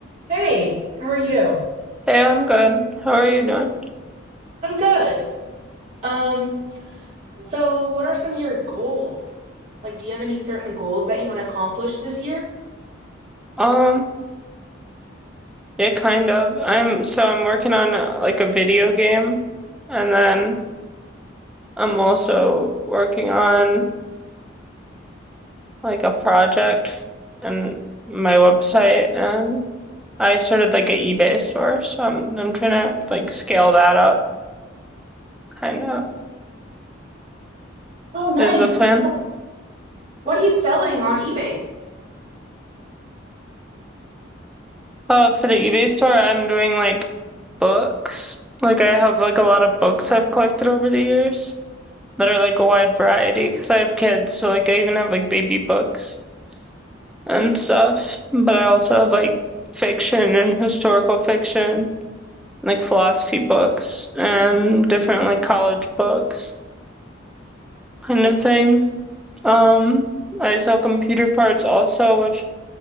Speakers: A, on the right; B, in the centre.
A: Hey, how are you?
B: Hey, I'm good. How are you doing?
A: I'm good. Um, so what are some of your goals? Like, do you have any certain goals that you want to accomplish this year?
B: Um, yeah, kind of. I'm so I'm working on uh, like a video game, and then I'm also working on like a project f- and my website, and I started like an eBay store, so I'm I'm trying to like scale that up. Kind of
A: Oh, nice.
B: is the plan.
A: So what are you selling on eBay?
B: Uh, for the eBay store, I'm doing like books. Like I have like a lot of books I've collected over the years. that are like a wide variety because I have kids, so like I even have like baby books and stuff, but I also have like fiction and historical fiction, like philosophy books and different like college books kind of thing. Um, I sell computer parts also, which